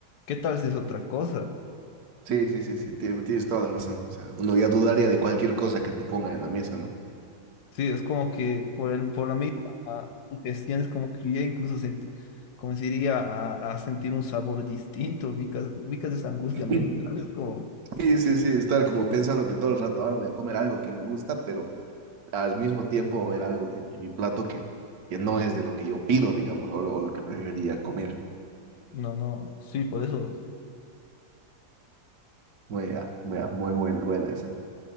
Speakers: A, on the left; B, on the right.
A: ¿Qué tal si es otra cosa?
B: Sí, sí, sí, sí, tie- tienes toda la razón. O sea, uno ya dudaría de cualquier cosa que te ponga en la mesa, ¿no?
A: Sí, es como que por, el- por la misma sugestión es como que yo ya incluso sentí, comenzaría a, a sentir un sabor distinto, ubicas, ubicas esa angustia
B: <clears throat>
A: mental, es como,
B: Sí, sí, sí, estar como pensando que todo el rato ahora voy a comer algo que me gusta, pero al mismo tiempo ver algo en, en mi plato que, que no es de lo que yo pido, digamos, o lo, o lo que preferiría comer.
A: no, no, sí, por eso,
B: Muy, ah, muy, ah, muy buena, buena esa.